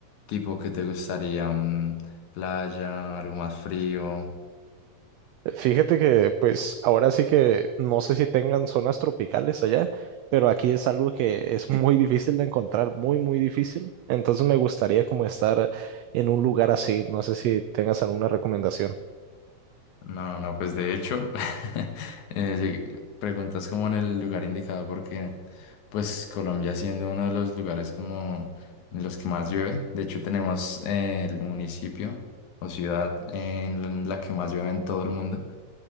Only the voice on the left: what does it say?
tipo, ¿qué te gustaría? ¿Un playa, algo más frío?
No, no, pues de hecho, <laughs> eh, lleg- preguntas como en el lugar indicado porque pues Colombia siendo uno de los lugares como en los que más llueve, de hecho tenemos eh, el municipio o ciudad en la que más llueve en todo el mundo,